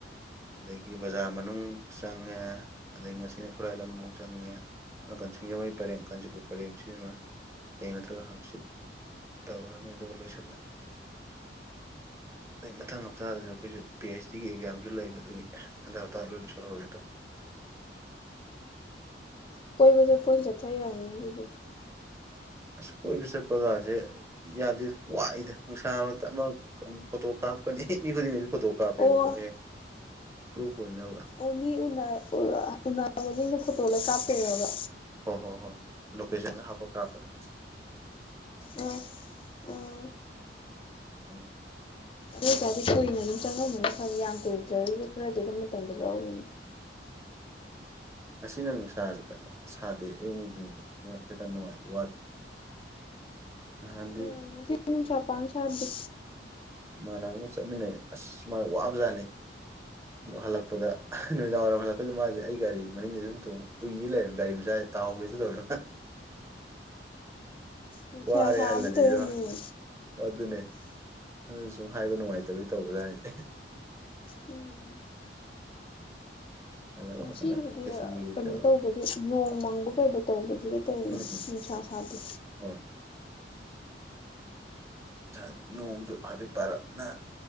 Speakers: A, on the right; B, on the left.
A: ꯑꯗꯒꯤ ꯕꯖꯥꯔ ꯃꯅꯨꯡ ꯆꯪꯉꯦ ꯑꯗꯒꯤ ꯉꯁꯤꯅ ꯈꯨꯔꯥꯏ ꯂꯝꯂ‌ꯣꯡ ꯆꯪꯉꯦ ꯅꯅꯥꯀ ꯁꯤꯡꯖꯃꯩ ꯄꯔꯦꯡ ꯀꯥꯟꯆꯤꯄꯨꯔ ꯄꯔꯦꯡ ꯁꯤꯃ ꯍꯌ‌ꯦꯡ ꯅꯠꯇ꯭ꯔꯒ ꯍꯪꯆꯤꯠ ꯇꯧꯔꯅꯤ ꯑꯗꯨꯒ ꯂꯣꯏꯁꯤꯜꯂꯅꯤ ꯑꯗ ꯃꯊꯪ ꯍꯞꯇꯥꯗꯁꯨ ꯑꯩꯈꯣꯏꯁꯨ ꯄꯤ ꯑꯩꯩꯆ ꯗꯤꯒꯤ ꯑꯦꯛꯖꯥꯝꯁꯨ ꯂꯩꯕ ꯑꯗꯨꯒꯤ ꯍꯟꯗꯛ ꯍꯞꯇꯥꯗ ꯂꯣꯏ ꯂꯣꯏꯁꯤꯜꯍꯧꯔꯒꯦ ꯇꯧ__
B: <unintelligible>
A: ꯑꯁ ꯀꯣꯏꯕ ꯆꯠꯄꯒꯁꯦ ꯌꯥꯗꯦꯗ ꯋꯥꯏꯗ ꯅꯨꯡꯁꯥ ꯃꯔꯛꯇ ꯑꯃ ꯑꯃꯨꯛ ꯐꯣꯇꯣ ꯀꯥꯞꯀꯅꯤ ꯃꯤ ꯈꯨꯗꯤꯡꯒꯤꯁꯨ ꯐꯣꯇꯣ ꯀꯥꯞꯄꯦꯕꯀꯣ
B: ꯑꯣ
A: ꯍꯌꯦꯡ ꯄ꯭ꯔꯨꯐ ꯑꯣꯏꯅꯕ
B: ꯑꯣ ꯃꯤ ꯎꯅꯥ ꯎꯅꯕꯁꯤꯡꯗꯣ ꯐꯣꯇꯣ ꯂꯣꯏ ꯀꯥꯞꯇꯨꯏꯔꯕ
A: ꯍꯣꯏ ꯍꯣꯏ ꯍꯣꯏ ꯂꯣꯀꯦꯁꯟꯒ ꯍꯥꯞ ꯀꯞꯥꯄꯗꯣ
B: ꯑꯥ ꯑꯥ
A: <inaudible>
B: ꯑꯗꯨ ꯑꯣꯏꯇꯥꯔꯗꯤ ꯀꯨꯏꯅ ꯑꯗꯨꯝ ꯆꯪꯉꯝꯃꯅꯤ ꯈꯪꯉꯦ ꯌꯥꯝ ꯀꯨꯏꯗ꯭ꯔꯒꯁꯨ ꯈꯔꯗꯤ ꯑꯗꯨꯝ ꯃꯇꯝꯗꯣ ꯂꯧꯔꯝꯃꯅꯤ
A: ꯉꯁꯤꯅ ꯅꯨꯡꯁꯥꯁꯤ ꯀꯟꯅ ꯁꯥꯗꯦ ꯑꯌꯨꯛ ꯅꯨꯡꯗꯤꯟ ꯑꯗꯨꯅ ꯈꯤꯇꯪ ꯅꯨꯡꯉꯥꯏ ꯋꯥꯗꯦ ꯅꯍꯥꯟꯗꯤ
B: ꯎꯝ ꯉꯁꯤ ꯅꯨꯡꯁꯥ ꯄꯥꯛꯅ ꯁꯥꯗꯦ
A: ꯏꯃꯥꯟꯅꯕ ꯑꯃꯒ ꯆꯠꯃꯤꯟꯅꯩ ꯑꯁ ꯃꯥ ꯋꯥꯕ ꯖꯥꯠꯅꯤ ꯑꯗꯣ ꯍꯜꯂꯛꯄꯗ ꯅꯨꯃꯤꯗꯥꯡ ꯋꯥꯏꯔꯝ ꯍꯜꯂꯛꯄꯗ ꯃꯥꯁꯦ ꯑꯩ ꯒꯥꯔꯤ ꯃꯅꯤꯡꯗ ꯑꯗꯨꯝ ꯇꯣꯡꯉ ꯎꯏ ꯂꯩꯔꯝꯃꯤ ꯒꯥꯔꯤ ꯃꯆꯥ ꯇꯥꯍꯧꯒꯦꯁꯨ ꯇꯧꯋꯦ
B: ꯅꯨꯡꯁꯥ
A: ꯋꯥꯔꯦ
B: ꯁꯥꯕꯗꯨꯗ
A: ꯍꯜꯂꯁꯤꯔꯣ
B: ꯑꯣꯏꯔꯝꯅꯤꯌꯦ
A: ꯑꯗꯨꯅꯦ ꯑꯗꯨ ꯁꯨꯝ ꯍꯥꯏꯕ ꯅꯨꯡꯉꯥꯏꯇꯕꯩ ꯇꯧꯕ ꯖꯥꯠꯅꯦ
B: ꯎꯝ
A: ꯍꯜꯂꯒ
B: ꯉꯁꯤꯕꯨꯗꯤ
A: ꯐꯖꯅ ꯈꯦꯆꯤ ꯀꯩꯀꯩ
B: ꯀꯩꯅꯣ
A: ꯇꯧꯔꯒ
B: ꯇꯧꯕꯒꯤ ꯅꯣꯡ ꯃꯪꯕꯣꯏ ꯀꯩꯕꯣꯏ ꯇꯧꯕꯗꯤꯗ ꯇꯧꯔꯤꯅꯤ
A: ꯎꯝ
B: ꯅꯨꯡꯁꯥ ꯁꯥꯗꯦ
A: ꯍꯣꯏ ꯗꯤ ꯅꯣꯡꯁꯨ ꯍꯥꯏꯐꯦꯠ ꯄꯥꯔꯞꯅ